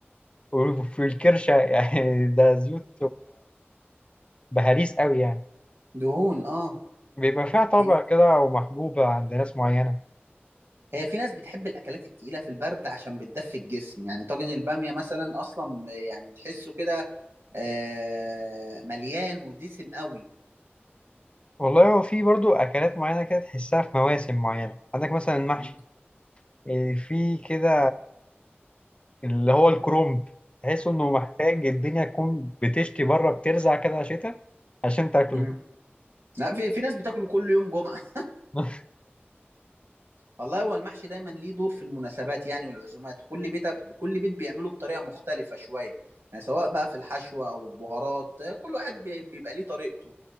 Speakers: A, on the left; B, on the right.
A: وفي الكرشة <laughs> يعني ده زيوت وبهاريس قوي يعني
B: دهون اه
A: بيبقى فيها طابع
B: هي
A: كده ومحبوبة عند ناس معينة
B: هي في ناس بتحب الاكلات التقيله في البرد عشان بتدفي الجسم يعني طاجن الباميه مثلا اصلا يعني تحسه كده آه مليان ودسم قوي
A: والله هو في برضو أكلات معينة كده تحسها في مواسم معينة عندك مثلا المحشي
B: مم.
A: إيه، في كده اللي هو الكرومب تحس إنه محتاج الدنيا تكون بتشتي بره بترزع كده شتاء عشان تاكله
B: مم. لا في في ناس بتاكله كل يوم جمعة
A: <laughs>
B: والله هو المحشي دايما ليه دور في المناسبات يعني والعزومات كل بيت كل بيت بيعمله بطريقة مختلفة شوية يعني سواء بقى في الحشوة أو البهارات كل واحد بي- بيبقى ليه طريقته